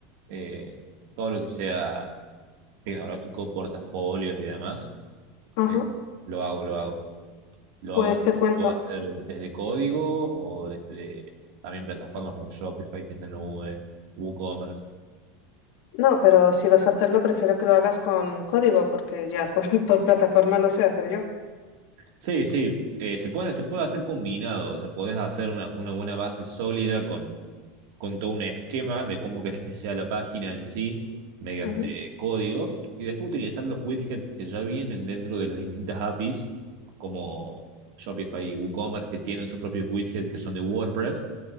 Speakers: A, on the right; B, on the left.
A: eh, todo lo que sea tecnológico, portafolios y demás.
B: Ajá.
A: Eh, lo hago, lo hago. Lo
B: Pues
A: hago, lo
B: te cuento.
A: puedo hacer desde código o desde también plataformas como Shopify, Tienda Nube, WooCommerce.
B: No, pero si vas a hacerlo, prefiero que lo hagas con código, porque ya por, <laughs> por plataforma lo sé hacer yo.
A: Sí, sí, eh, se puede, se puede hacer combinado, o sea, podés hacer una, una buena base sólida con, con todo un esquema de cómo querés que sea la página en sí mediante
B: Ujú,
A: código y después utilizar los widgets que ya vienen dentro de las distintas APIs como Shopify y WooCommerce que tienen sus propios widgets que son de WordPress